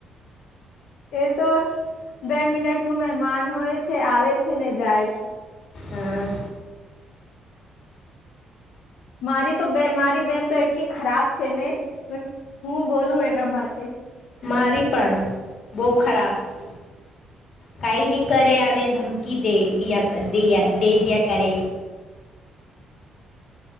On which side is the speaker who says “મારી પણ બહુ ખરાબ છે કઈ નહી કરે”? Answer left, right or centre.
Left